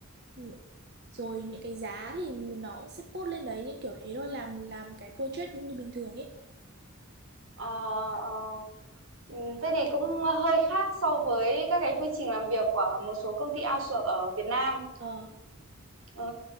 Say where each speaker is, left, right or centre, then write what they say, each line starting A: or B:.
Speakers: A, on the right; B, on the right.
A: ừ, rồi những cái giá thì nó cũng sẽ post lên đấy như kiểu thế thôi làm làm cái project như bình thường ấy
B: ờ, ờ. Ừ, thế thì cũng hơi khác so với các cái quy trình làm việc của một số công ty outsource ở Việt Nam
A: ờ
B: Ừ.